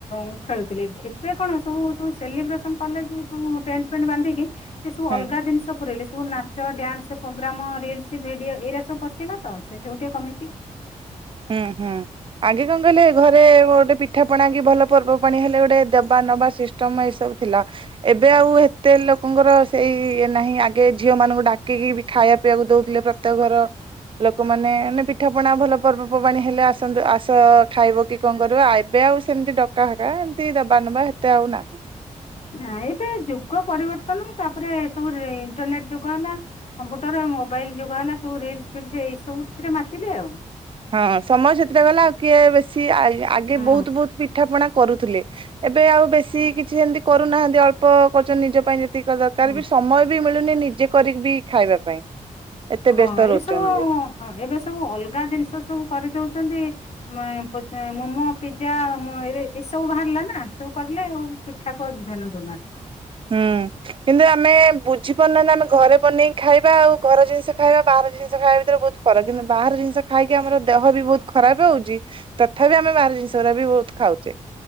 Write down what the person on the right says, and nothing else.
ହଁ
ହୁଁ ହୁଁ ଆଗେ କଣ କହିଲେ ଘରେ ଗୋଟେ ପିଠା ପଣା କି ଭଲ ପର୍ବ ପାଣି ହେଲେ ଗୋଟେ ଦେବା। ନବା ସିଷ୍ଟମ୍ ଏ ସବୁ ଥିଲା, ଏବେ ଆଉ ହେତେ ଲୋକଙ୍କର ସେଇ ଇଏ ନାହିଁ ଆଗେ ଝିଅ ମା ମାନଙ୍କୁ ଡାକିକି ଖାଇଆ ପିଆକୁ ଦଉଥିଲେ। ପ୍ରତ୍ୟେକ ଘର ଲୋକମାନେ ମାନେ ପିଠା, ପଣା, ଭଲ। ପର୍ବପର୍ବାଣୀ ହେଲେ ଆସନ୍ତୁ ଆସ ଖାଇବ କି କଣ କରବ। ଅ ଏବେ ଆଉ ସେମିତି ଡକା ହକା ଏମିତି ଦବା ନବା। ନବା ହେତେ ଆଉ ନାହିଁ।
ହଁ ସମୟ ସେଥିରେ ଗଲା, ଆଉ କିଏ ବେଶୀ ଆ ଆଗେ
ବହୁତ ବହୁତ ପିଠା, ପଣା କରୁଥିଲେ। ଏବେ ଆଉ ବେଶୀ କିଛି ହେମତି କରୁ ନାହାନ୍ତି ଅଳ୍ପ କରୁଛନ୍ତି ନିଜ ପାଇଁ ଜେତିି ଯେତିକ ଦରକାର
ବି ସମୟ ବି ମିଳୁନି ନିଜେ କରିକି ବି ଖାଇବା ପାଇଁ। ଏତେ
ବ୍ୟସ୍ତ ରହୁଛନ୍ତି
ଯେ।
ହୁଁ କିନ୍ତୁ ଆମେ ବୁଝିପାରୁନାହାନ୍ତି ଆମେ ଘରେ ବନେଇକି ଖାଇବା ଆଉ ଘର ଜିନିଷ ଖାଇବା ବାହାର। ଜିନିଷ ଖାଇବା ଭିତରେ ବହୁତ୍ ଫରକ୍ କିନ୍ତୁ ବାହାର ଜିନିଷ ଖାଇକି ଆମର ଦେହ ବି ବହୁତ ଖରାପ ହଉଛି ତଥାପି ଆମେ ବାହାର। ଜିନିଷ ଗୁରା ବି ବହୁତ ଖାଉଛେ।